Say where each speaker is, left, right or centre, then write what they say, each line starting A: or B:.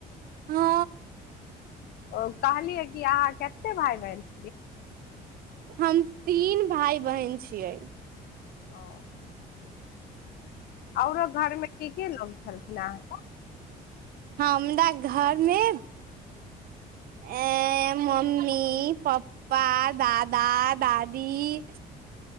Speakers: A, on the right (about 60°); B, on the left (about 65°).
A: हँ
B: ओ कहलियै कि अहाँ क भाय बन
A: हम तीन भाय बहिन छियै
B: ओ औरो घरमे ठ केे लोग छल नहि
A: हमरा घरमे आ मम्मी पा प्पा दादा दादी